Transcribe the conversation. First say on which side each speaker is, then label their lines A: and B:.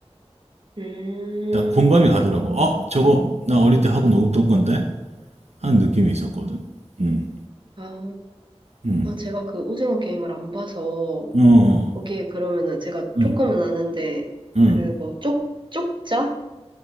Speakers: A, on the right; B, on the right.
A: 음,
B: 딱 공감이 가더라고. 어, 저거 나 어릴 때 하고 놀던 건데? 하는 느낌이 있었거든. 응,
A: 아.
B: 응,
A: 아, 제가 그 오징어 게임을 안 봐서,
B: 어,
A: 거기에 그러면은 제가
B: 응,
A: 조금은 아는데,
B: 응.
A: 그 뭐, 쪽, 쪽자?